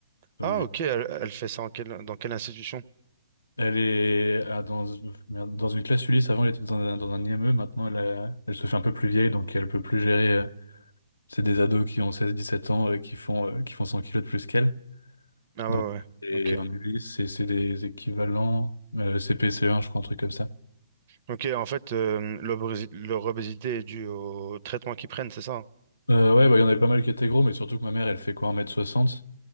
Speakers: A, on the left; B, on the right.
A: Donc,
B: Ah,
A: je
B: ok, elle, elle fait ça en quelle- dans quelle institution?
A: Elle est ah, dans, merde, dans une classe Ulysse. Avant, elle était dans un, dans un IME. Maintenant, elle, a- elle se fait un peu plus vieille, donc elle peut plus gérer. euh, C'est des ados qui ont seize, dix-sept ans euh, qui font, euh, qui font 100 kilos de plus qu'elle.
B: Ah
A: Donc,
B: ouais, ouais,
A: et
B: ouais, ok.
A: en Ulysse, c'est c'est des équivalents euh, cpce un, je crois, un truc comme ça.
B: Ok, en fait, euh, l'obési- leur obésité est due au traitement qu'ils prennent, c'est ça?
A: Euh, ouais, bah, il y en avait pas mal qui étaient gros, mais surtout que ma mère, elle fait quoi, un mètre soixante.